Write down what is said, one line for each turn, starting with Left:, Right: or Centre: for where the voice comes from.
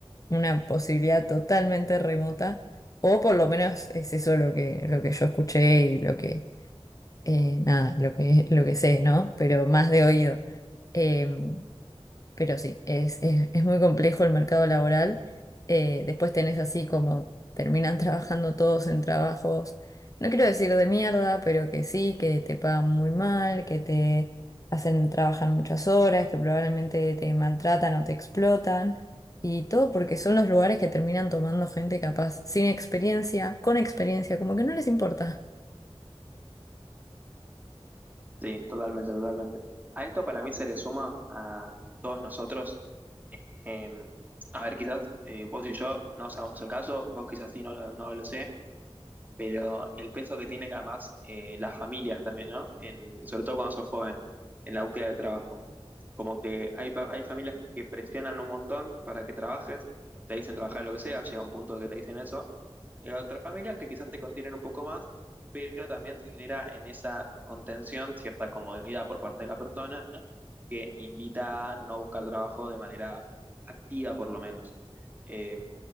Left: una posibilidad totalmente remota, o por lo menos es eso lo que, lo que yo escuché y lo que eh, nada, lo que, lo que sé, ¿no? Pero más de oído. Eh, pero sí, es, es, es muy complejo el mercado laboral. Eh, después tenés así como terminan <laughs> trabajando todos en trabajos, no quiero decir de mierda, pero que sí, que te pagan muy mal, que te hacen trabajar muchas horas, que probablemente te maltratan o te explotan. Y todo porque son los lugares que terminan tomando gente capaz sin experiencia, con experiencia, como que no les importa.
Right: Sí, totalmente, totalmente. A esto para mí se le suma a todos nosotros Eh, a ver, quizás eh, vos y yo no sabemos el caso, vos quizás sí no, lo- no lo sé, pero el peso que tiene que además eh, las familias también, ¿no? En, sobre todo cuando sos joven, en la búsqueda de trabajo. Como que hay, pa- hay familias que presionan un montón para que trabajes, te dicen trabajar en lo que sea, llega un punto que te dicen eso, en otras familias que quizás te contienen un poco más, pero también se genera en esa contención cierta comodidad por parte de la persona que invita a no buscar trabajo de manera activa, por lo menos. Eh,